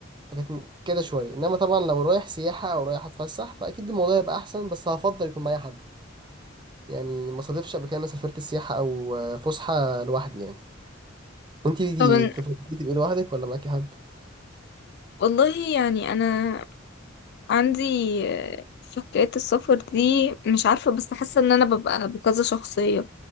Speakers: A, on the right; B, on the left.
A: فكانت م- كده شويه انما طبعا لو رايح سياحه او رايح اتفسح فاكيد الموضوع يبقى احسن بس هفضل يكون معايا حد يعني ما صادفش قبل كده انا سافرت السياحه او آه، فسحه لوحدي يعني انتي دي
B: طب ان-
A: تفضلي تبقي لوحدك ولا معاكي حد
B: والله يعني انا عندي آه، في حكاية السفر دي مش عارفة بس حاسة ان انا ببقى بكذا شخصية